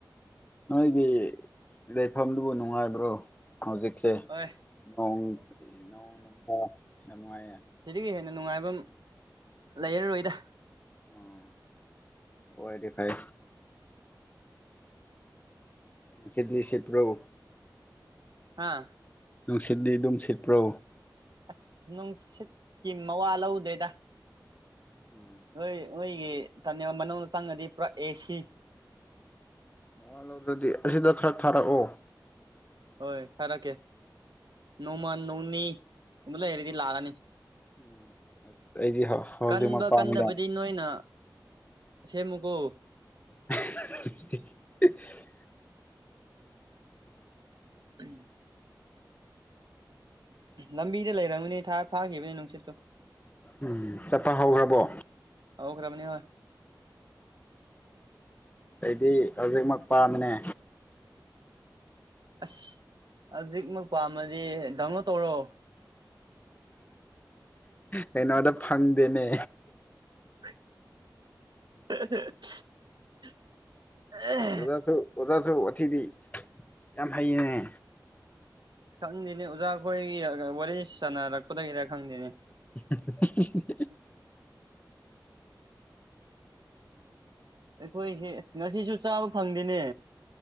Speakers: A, on the left (about 20°); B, on the right (about 75°).
A: ꯅꯣꯏꯒꯤ ꯂꯩꯐꯝꯗꯨꯕꯨ ꯅꯨꯡꯉꯥꯏꯕ꯭ꯔꯣ ꯍꯧꯖꯤꯛꯁꯦ
B: ꯍꯣꯏ
A: ꯅꯣꯡ ꯅꯣꯡ ꯅꯨꯡꯁꯥ ꯌꯥꯝ ꯅꯨꯡꯉꯥꯏꯌꯦ
B: ꯑꯁꯤꯗꯒꯤ ꯍꯦꯟꯅ ꯅꯨꯡꯉꯥꯏꯕꯝ ꯂꯩꯔꯔꯣꯏꯗ
A: ꯑꯣ ꯑꯣꯢꯔꯗꯤ ꯐꯩ ꯅꯨꯡꯁꯤꯠꯗꯤ ꯁꯤꯠꯄ꯭ꯔꯣ
B: ꯍꯥꯥ
A: ꯅꯨꯡꯁꯤꯗꯗꯣ ꯗꯨꯝ ꯁꯤꯠꯄ꯭ꯔꯣ
B: ꯑꯁ ꯅꯨꯡꯁꯤꯠꯀꯤ ꯃꯋꯥ ꯂꯧꯗꯦꯗ
A: ꯎꯝ
B: ꯅꯣꯏ ꯅꯣꯏꯒꯤꯅꯦ ꯇꯅꯦꯜ ꯃꯅꯨꯡꯗ ꯆꯪꯉꯗꯤ ꯄꯨꯔꯥ ꯑꯦꯁꯤ
A: ꯃꯋꯥ ꯂꯧꯗ꯭ꯔꯗꯤ ꯑꯁꯤꯗ ꯈꯔ ꯊꯥꯔꯛꯑꯣ
B: ꯍꯣꯏ ꯊꯥꯔꯛꯀꯦ ꯅꯣꯡꯃꯥ ꯅꯣꯡꯅꯤꯒꯨꯝꯕ ꯂꯩꯔꯗꯤ ꯂꯥꯛꯑꯅꯤ
A: ꯎꯝ ꯑꯁ ꯑꯩꯁꯦ ꯍꯧꯖꯤꯛꯃꯛ
B: ꯀꯟꯕ
A: ꯄꯥꯝꯃꯤꯗ
B: ꯀꯟꯗꯕꯗꯤ ꯅꯣꯏꯅ ꯁꯦꯝꯃꯨꯒꯣ
A: <unintelligible>
B: <unintelligible> ꯂꯝꯕꯤꯗ ꯂꯩꯔꯝꯒꯅꯤ ꯊꯥ ꯊꯥꯒꯤꯕꯅꯦ ꯅꯨꯡꯁꯤꯠꯇꯨ
A: ꯎꯝ ꯆꯠꯄ ꯍꯧꯒ꯭ꯔꯥꯕꯣ
B: ꯍꯧꯒ꯭ꯔꯕꯅꯤ ꯍꯣꯢ
A: ꯑꯩꯗꯤ ꯍꯧꯖꯤꯛꯃꯛ ꯄꯥꯝꯃꯤꯅꯦ
B: ꯑꯁ ꯍꯧꯖꯤꯛꯃꯛ ꯄꯥꯝꯃꯗꯤ ꯗꯥꯎꯟꯂꯣꯗ ꯇꯧꯔꯣ
A: ꯀꯩꯅꯣꯗ ꯐꯪꯗꯅꯦ
B: <unintelligible> <unintelligible>
A: ꯑꯣꯖꯥꯁꯨ ꯑꯣꯖꯥꯁꯨ ꯋꯥꯊꯤꯗꯤ ꯌꯥꯝ ꯍꯩꯌꯦꯅꯦ
B: ꯈꯪꯗꯦꯅꯦ ꯑꯣꯖꯥ ꯈꯣꯏꯒꯤ ꯋꯥꯔꯤ ꯁꯥꯟꯅꯔꯛꯄꯗꯒꯤꯔ ꯈꯪꯗꯦꯅꯦ
A: <unintelligible>
B: ꯑꯩꯈꯣꯏꯁꯦ ꯑꯁ ꯉꯁꯤꯁꯨ ꯆꯥꯕ ꯐꯪꯗꯦꯅꯦ